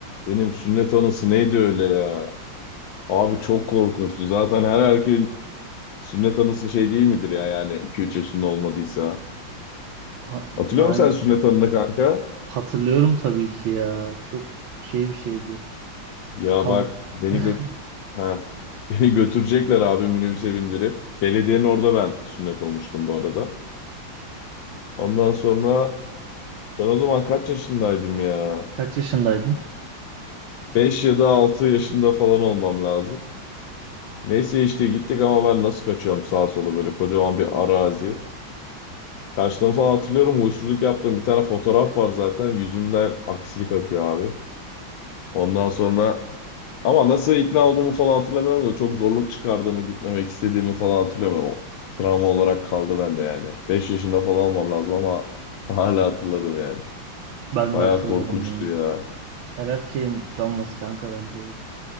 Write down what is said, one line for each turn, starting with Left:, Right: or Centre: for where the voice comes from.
Left: Benim sünnet anısı neydi öyle ya? Abi çok korkunçtu. Zaten her erkeğin sünnet anısı şey değil midir ya yani 2-3 yaşında olmadıysa.
Right: Ha-
Left: Hatırlıyor
Right: aynen.
Left: musun sen sünnet anını kanka?
Right: Hatırlıyorum tabii ki ya. Çok şey bir şeydi.
Left: Ya
Right: Kan...
Left: bak beni
Right: <laughs>
Left: gö ha. <laughs> Beni götürecekler abi minibüse bindirip. Belediyenin orada ben sünnet olmuştum bu arada. Ondan sonra ben o zaman kaç yaşındaydım ya?
Right: Kaç yaşındaydın?
Left: 5 ya da 6 yaşında falan olmam lazım. Neyse işte gittik ama ben nasıl kaçıyorum sağa sola böyle kocaman bir arazi. Kaçtığımı falan hatırlıyorum. Huysuzluk yaptığım bir tane fotoğraf var zaten. Yüzümden aksilik akıyor abi. Ondan sonra ama nasıl ikna olduğumu falan hatırlamıyorum da çok zorluk çıkardığımı, gitmemek istediğimi falan hatırlıyorum. O travma olarak kaldı bende yani. 5 yaşında falan olmam lazım ama hala hatırlarım yani.
Right: Ben
Left: Bayağı
Right: de hatırlarım
Left: korkunçtu
Right: ya.
Left: ya.
Right: Her erkeğin travması kanka bence o.